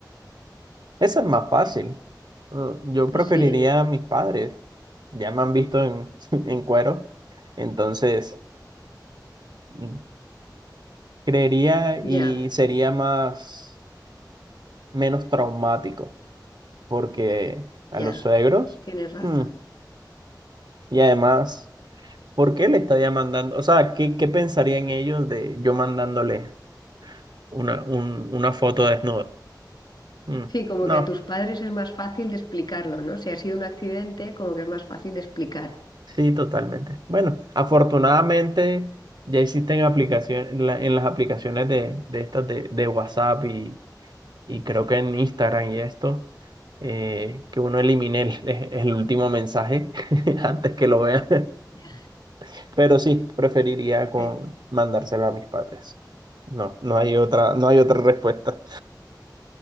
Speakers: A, on the right (about 70°); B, on the left (about 75°).
A: esa es más fácil. Mm, Yo preferiría
B: ¿Sí?
A: a mis padres. Ya me han visto en, <laughs> en cuero. Entonces, mm, creería
B: Ya,
A: y sería más, menos traumático. Porque a
B: ya,
A: los suegros,
B: tienes razón.
A: mm, y además, ¿por qué le estaría mandando? O sea, ¿qué, qué pensarían ellos de yo mandándole una, un- una foto desnuda? Mm,
B: Sí, como
A: No.
B: que a tus padres es más fácil de explicarlo, ¿no? Si ha sido un accidente, como que es más fácil de explicar.
A: Sí, totalmente. Bueno, afortunadamente ya existen aplicaciones en, la- en las aplicaciones de, de estas de, de WhatsApp y, y creo que en Instagram y esto, eh, que uno elimine el, <laughs> el último mensaje <laughs> antes que lo vea.
B: Ya,
A: <laughs> Pero sí, preferiría con
B: sí.
A: mandárselo a mis padres. No, no hay otra, no hay otra respuesta.